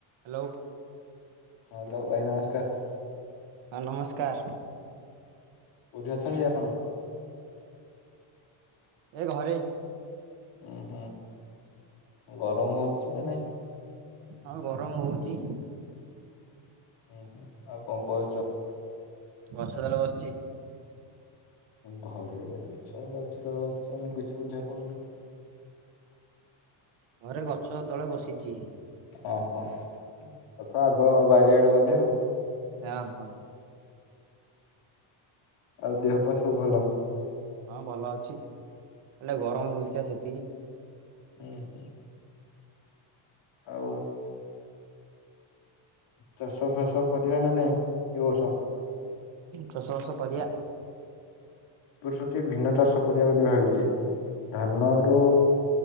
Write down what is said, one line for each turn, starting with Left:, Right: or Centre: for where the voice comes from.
Right: Hello.
Left: ହଁ hello ଭାଇ ନମସ୍କାର।
Right: ହଁ ନମସ୍କାର।
Left: କୋଉଠି ଅଛନ୍ତି ଆପଣ?
Right: ଏ ଘରେ।
Left: ଉଁ ହୁଁ ଗରମ ହଉଛି ନା ନାଇଁ।
Right: ହଁ ଗରମ ହଉଚି।
Left: ଆଉ କଣ କରୁଚ।
Right: ଗଛ ତଳେ ବସଚି।
Left: ଘରେ ଅଛ ଅଛି ତ ବସିଛ <inaudible>
Right: ଘରେ ଗଛ ତଳେ ବସିଚି।
Left: ଓହୋ ଦେଖ ଆଗ ବାରିଆଡେ ବୋଧେ ଆଉ।
Right: ହଁ ହଁ।
Left: ଆଉ ଦେହ ପା ସବୁ ଭଲ।
Right: ହଁ ଭଲ ଅଛି ହେଲେ ଗରମ ହଉଛି ପା ସେତିକି।
Left: ହୁଁ। ଆଉ। ଚାଷ ଫାସ କରିବା ନା ନାଇଁ ଏ ବର୍ଷ।
Right: ଚାଷ ବାଷ କରିବା।
Left: ବର୍ଷଟି ଭିନ୍ନ ଚାଷ କରିବା ବୋଲି ଭାବିଛି ଧାନରୁ